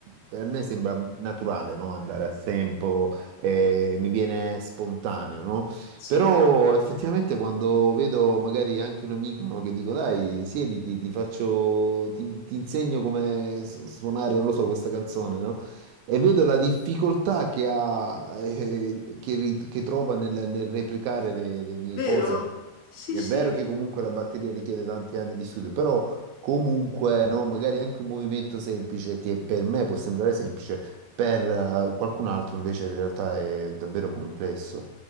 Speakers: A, on the right; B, on the left.
A: per me sembra naturale, no? Andare a tempo, eh, mi viene spontaneo, no?
B: Sì,
A: Però effettivamente quando vedo magari anche un amico, no, Che dico, dai, siediti, ti faccio, ti, ti insegno come su- suonare, non lo so, questa canzone, no? E vedo la difficoltà che ha, eh, che, rit- che trova nel, nel replicare le le mie
B: vero?
A: cose.
B: Sì,
A: È
B: sì.
A: vero che comunque la batteria richiede tanti anni di studio, però comunque, no, magari anche un movimento semplice che per me può sembrare semplice, per eh, qualcun altro invece in realtà è davvero complesso.